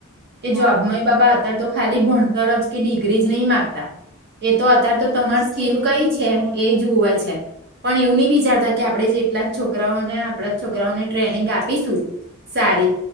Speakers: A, on the right (about 50°); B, in the centre.
A: કે
B: હા.
A: જો મમ્મી પપ્પા અત્યારે તો ખાલી ભણતર જ કે ડિગ્રી જ <unintelligible> એ તો અત્યારે
B: હા
A: તો તમાર
B: સ્કીલ
A: સ્કીિલ કઈ
B: બી
A: છે
B: જોવે.
A: એ જુવે છે પણ એવું નહી વિચારતા કે આપણેે જેટલા જ છોકઓ આપણા જ છોકરાઓને ટ્રેનિંગ આપીશું સારી